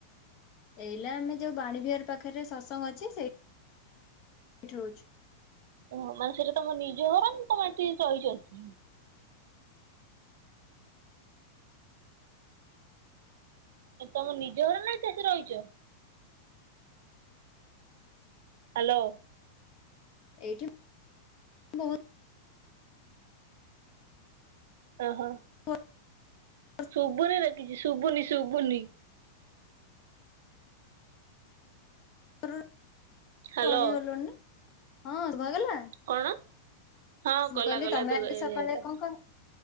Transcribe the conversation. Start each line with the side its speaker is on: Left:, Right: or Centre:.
Left: ଏଇଲା ଆମେ ଯୋଉ ବାଣୀ ବିହାର ପାଖରେ ସତସଙ୍ଗ ଅଛି ସେଇ ଠି ରହୁଛି।
Right: ଓହ ମାନେ ସେଇଟା ତମ ନିଜ ହର ତମ ଏଠିକି ରହିଚନ। ଏ ତମ ନିଜ ଘର ନା ଏଠି ଆସିକି ରହିଛ। ହ୍ୟାଲୋ।
Left: ଏଇଠି ବହୁତ
Right: ଓହୋ।
Left: <unintelligible>
Right: ଶୁଭୁନି ରେ କିଛି ଶୁଭୁନି ଶୁଭୁନି।
Left: <unintelligible>
Right: ହ୍ୟାଲୋ
Left: ରହିଗଲୁଣି ନା।
Right: କଣ? ହଁ
Left: ମୁଁ
Right: କଲା
Left: କହିଲି
Right: କଲା
Left: ତମେ
Right: ଏବେ
Left: ଏତେ ସକାଳେ
Right: ଏବେ ହେଲା
Left: କଣ କ